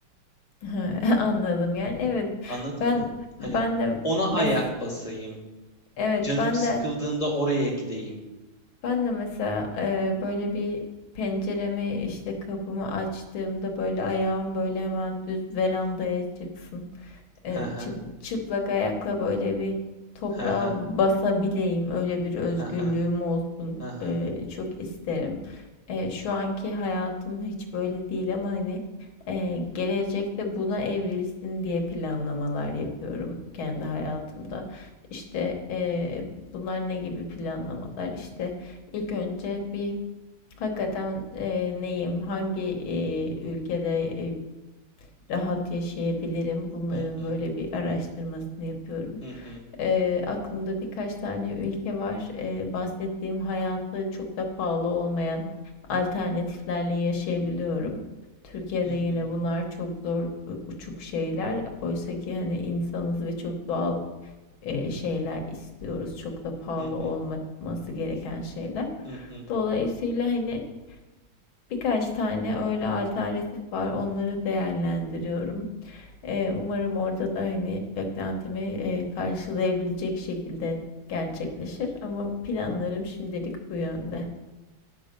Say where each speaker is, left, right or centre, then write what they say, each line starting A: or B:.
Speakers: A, on the left; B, on the left.
A: <laughs> anladım yani evet
B: Anladın
A: ben
B: mı? Hani
A: ben de
B: ona ayak
A: mes
B: basayım,
A: evet
B: canım
A: ben
B: sıkıldığında
A: de
B: oraya gideyim.
A: Ben de mesela eee, böyle bir penceremi işte kapımı açtığımda böyle ayağım böyle hemen düz verandaya çıksın. Eee,
B: Hı hı,
A: çı- çıplak ayakla böyle bir toprağa
B: hı hı,
A: basabileyim. Öyle bir özgürlüğüm
B: hı hı,
A: olsun.
B: hı hı,
A: Eee, çok isterim. Eee, şu anki hayatım hiç böyle değil ama hani eee, gelecekte buna evrilsin diye planlamalar yapıyorum kendi hayatımda. İşte eee, bunlar ne gibi planlamalar? İşte İlk önce bir hakikaten e, neyim, hangi e, ülkede e, rahat yaşayabilirim bunların
B: hı hı,
A: böyle bir araştırmasını yapıyorum.
B: hı hı,
A: E, aklımda birkaç tane ülke var. E, bahsettiğim hayatı çok da pahalı olmayan alternatiflerle yaşayabiliyorum. Türkiye'de
B: hı
A: yine
B: hı,
A: bunlar çok zor, e, uçuk şeyler. Oysa ki hani insanız ve çok doğal e, şeyler istiyoruz. Çok da pahalı
B: hı
A: olmaması
B: hı,
A: gereken şeyler.
B: hı hı.
A: Dolayısıyla hani birkaç tane öyle alternatif var. Onları değerlendiriyorum. E, umarım orada da hani beklentimi e, karşılayabilecek şekilde gerçekleşir. Ama planlarım şimdilik bu yönde.